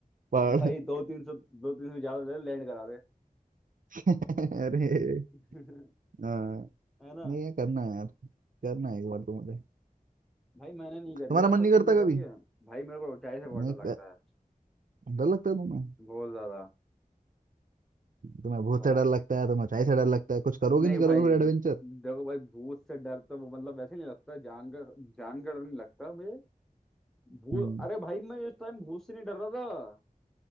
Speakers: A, on the right; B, in the centre.
A: पहाड़
B: भाई दो तीन सौ दो तीन सौ ज्यादा ले लैंड करा दे
A: <laughs> अरे
B: <laughs>
A: हाँ
B: है ना
A: नहीं ये करना है यार करना है एक बार तो मुझे
B: भाई मैंने नहीं करी
A: तुम्हारा
B: आज
A: मन
B: तक
A: नहीं
B: तुमने
A: करता
B: करी
A: कभी
B: है भाई मेरे को ऊंचाई से बहुत
A: नहीं
B: डर लगता
A: कर...
B: है
A: डर लगता है तुम्हें
B: बहुत ज्यादा
A: तुम्हें भूत
B: भा-
A: से डर लगता है तुम्हें ऊंचाई से डर लगता है कुछ करोगे
B: नहीं
A: नहीं करोगे
B: भाई
A: फिर एडवेंचर
B: देखो भाई भूत से डर तो वो मतलब वैसे नहीं लगता जान का जान का डर नहीं लगता मुझे भूत
A: हम्म
B: अरे भाई मैं इस टाइम भूत से नहीं डर रहा था